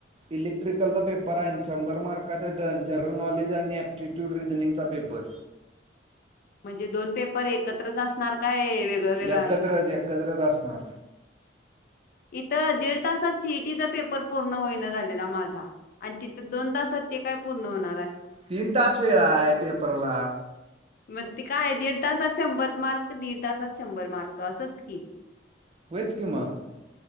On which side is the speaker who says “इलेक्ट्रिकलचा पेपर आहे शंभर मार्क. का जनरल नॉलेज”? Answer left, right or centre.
Right